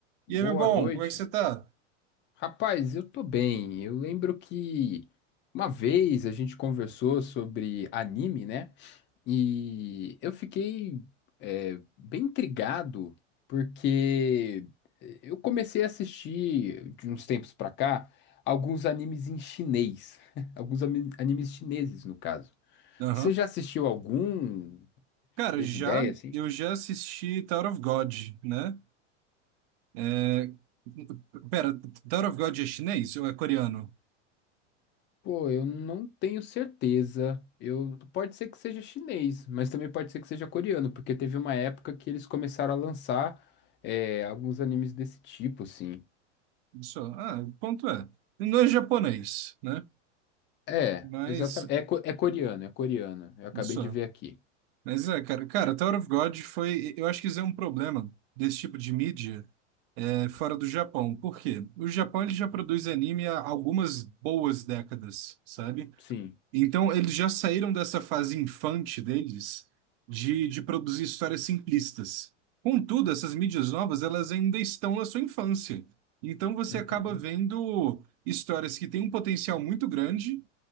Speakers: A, on the left; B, on the right.
A: Boa
B: E aí, meu bom,
A: noite.
B: como é que você tá?
A: Rapaz, eu tô bem. Eu lembro que uma vez a gente conversou sobre anime, né? E eu fiquei é, bem intrigado porque eu comecei a assistir de uns tempos pra cá alguns animes em chinês, <laughs> alguns ami- animes chineses, no caso.
B: Aham.
A: Você já assistiu algum?
B: Cara,
A: Teve
B: já,
A: ideia, assim?
B: eu já assisti Tower of God, né? É... Pera, Tower of God é chinês ou é coreano?
A: Pô, eu não tenho certeza. Eu pode ser que seja chinês, mas também pode ser que seja coreano, porque teve uma época que eles começaram a lançar é, alguns animes desse tipo, assim.
B: Isso, ah, o ponto é, não é japonês, né?
A: É,
B: Mas,
A: exatamente. É, co- é coreano, é coreano. Eu acabei
B: isso,
A: de ver aqui.
B: mas é, cara, cara, Tower of God foi, eu acho que isso é um problema desse tipo de mídia é, fora do Japão. Por quê? O Japão, ele já produz anime há algumas boas décadas, sabe?
A: Sim.
B: Então, eles já saíram dessa fase infante deles de, de produzir histórias simplistas. Contudo, essas mídias novas, elas ainda estão na sua infância. Então, você
A: Uhum.
B: acaba vendo histórias que têm um potencial muito grande,